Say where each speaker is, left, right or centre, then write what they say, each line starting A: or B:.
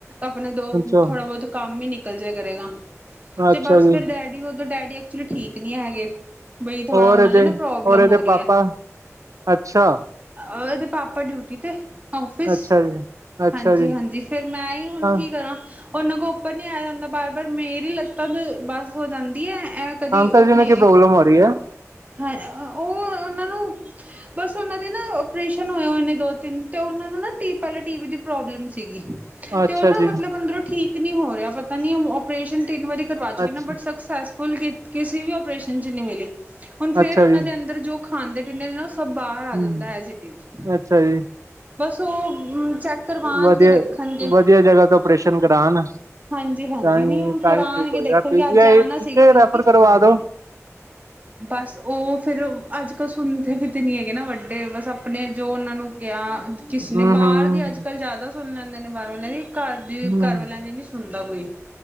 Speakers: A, on the right; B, on the right.
A: ਆਪਣੇ ਦੋ
B: ਅੱਛਾ
A: ਥੋੜਾ ਬਹੁਤ ਕੰਮ ਹੀ ਨਿਕਲ ਜਾ ਕਰੇਗਾ।
B: ਅੱਛਾ
A: ਤੇ ਬਸ
B: ਜੀ
A: ਫਿਰ ਡੈਡੀ ਉਦੋਂ ਡੈਡੀ ਐਕਚੁਲੀ ਠੀਕ ਨਹੀਂ ਹੈਗੇ। ਬਈ ਥੋੜਾ
B: ਹੋਰ
A: ਉਹਨਾ
B: ਇਹਦੇ
A: ਦੀ ਨਾ ਪ੍ਰੋਬਲਮ
B: ਹੋਰ ਇਹਦੇ
A: ਹੋ ਰਹੀ
B: ਪਾਪਾ
A: ਹੈ।
B: ਅੱਛਾ
A: ਆ ਇਹਦੇ ਪਾਪਾ ਡਿਊਟੀ ਤੇ ਔਫਿਸ
B: ਅੱਛਾ ਜੀ ਅੱਛਾ
A: ਹਾਂਜੀ-ਹਾਂਜੀ
B: ਜੀ
A: ਫਿਰ ਮੈਂ ਹੀ ਹੁਣ
B: ਹਾਂ
A: ਕੀ ਕਰਾਂ। ਉਹਨਾਂ ਕੋਲੋ ਉੱਪਰ ਨਹੀਂ ਆਇਆ ਜਾਂਦਾ ਬਾਰ-ਬਾਰ ਮੇਰੀ ਲੱਤਾਂ ਤੋਂ ਬੱਸ ਹੋ ਜਾਂਦੀ ਏ। ਕਦੀ
B: ਅੰਕਲ
A: ਆਪਣੇ
B: ਜੀ ਨੂੰ ਕੀ ਪ੍ਰੋਬਲਮ ਹੋ ਰਹੀ ਹੈ
A: ਹ ਉਹ ਉਹਨਾਂ ਨੂੰ ਬਸ ਉਹਨਾਂ ਦੇ ਨਾ ਓਪਰੇਸ਼ਨ ਹੋ ਹੋਏ ਨੇ ਦੋ ਤਿੰਨ ਤੇ ਉਹ ਨੂੰ ਨਾ ਪਹਿਲੇ ਟੀ ਵੀ ਦੀ ਪ੍ਰੋਬਲਮ ਸੀਗੀ।
B: ਅੱਛਾ
A: ਤੇ ਉਹ ਨਾ
B: ਜੀ
A: ਮਤਲਬ ਅੰਦਰੋਂ ਠੀਕ ਨੀ ਹੋ ਰਿਹਾ ਪਤਾ ਨੀ ਓਪਰੇਸ਼ਨ ਤਿੰਨ ਵਾਰੀ ਕਰਵਾ ਚੁੱਕੇ
B: ਅੱਛਾ
A: ਨਾ ਬਟ ਸ ਸਕਸੈਸਫੁਲ ਕਿਸੇ ਵੀ ਓਪਰੇਸ਼ਨ ਚ ਨਹੀਂ ਮਿਲੀ ਹੁਣ ਫੇਰ
B: ਅੱਛਾ
A: ਉਹਨਾਂ
B: ਜੀ
A: ਦੇ ਅੰਦਰ ਜੋ ਖਾਂਦੇ ਪੀਂਦੇ ਨੇ ਨਾ। ਸਭ ਬਾਹਰ ਆ
B: ਹਮ
A: ਜਾਂਦਾ ਐਜ਼ ਇਟ ਇਜ਼
B: ਅੱਛਾ ਜੀ
A: ਬਸ ਉਹ ਚੈੱਕ ਕਰਵਾਉਣਗੇ
B: ਵਧੀਆ
A: ਦੇਖਣਗੇ।
B: ਵਧੀਆ ਜਗ੍ਹਾ ਤੋਂ ਆਪਰੇਸ਼ਨ ਕਰਾਉਣ
A: ਹਾਂਜੀ-ਹਾਂਜੀ
B: ਤਾਂ ਹੀ
A: ਨਹੀਂ ਉਹ
B: ਤਾਂ
A: ਕਰਾਂਣਗੇ
B: ਹੀ ਠੀਕ ਹੋਏਗਾ
A: ਦੇਖਣਗੇ
B: ਪੀਜੀਆਈ
A: ਅੱਜ ਜਾਣਾ
B: ਪੀਜੀਆਈ
A: ਸੀਗਾ ਬਲਕਿ
B: ਰੈਫਰ ਕਰਵਾ ਦੋ
A: ਬਸ, ਉਹ ਫੇਰ ਅੱਜ-ਕੱਲ ਸੁਣਦੇ ਵੀ ਤੇ ਨੀ ਹੈਗੇ ਨਾ ਵੱਡੇ, ਬਸ ਅਪਣੇ ਜੋ ਉਹਨਾਂ ਨੂੰ ਕਿਆ, ਕਿਸਨੇ
B: ਹਮ
A: ਬਾਹਰ
B: ਹਮ
A: ਦੀ ਅੱਜ-ਕੱਲ ਜ਼ਿਆਦਾ ਸੁਣ ਲੈਂਦੇ ਨੇ ਬਾਹਰ ਵਾਲਿਆਂ ਦੀ, ਘਰ ਦੀ ਘਰ
B: ਹਮ
A: ਵਾਲਿਆਂ ਦੀ ਨੀ ਸੁਣ ਹੁੰਦਾ ਕੋਈ।